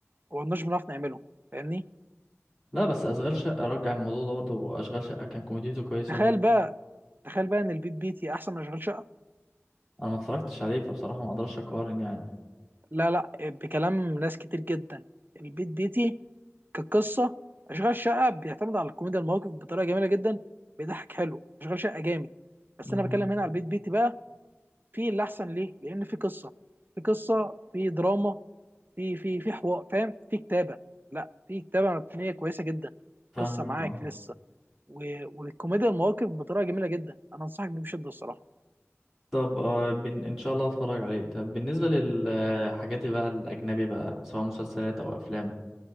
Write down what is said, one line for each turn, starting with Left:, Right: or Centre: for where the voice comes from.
Right: وما كناش بنعرف نعمله فاهمني
Centre: لا بس أشغال شقة رجع الموضوع ده برضه أشغال شقة كان كوميديته كويسة
Right: تخيل
Centre: برضه
Right: بقى تخيل بقى ان البيت بيتي احسن من اشغال شقه
Centre: أنا ما اتفرجتش عليه فبصراحة ما أقدرش أقارن يعني
Right: لا لا بكلام ناس كتير جدا البيت بيتي كقصة أشغال شقة بيعتمد على الكوميديا المواقف بطريقة جميلة جدا بيضحك حلو أشغال شقة جامد بس
Centre: مم،
Right: أنا بتكلم هنا على البيت بيتي بقى في اللي أحسن ليه لأن في قصة في قصة في دراما في في في حوار فاهم في كتابة لا في كتابة مبنية كويسة جدا
Centre: فاهمك
Right: قصة معاك
Centre: اه
Right: لسه و- والكوميديا المواقف بطريقة جميلة جدا أنا أنصحك بيه بشدة الصراحة
Centre: طب آه بن... ان شاء الله هتفرج عليه طب بالنسبه للحاجات بقى الاجنبي بقى سواء مسلسلات او افلام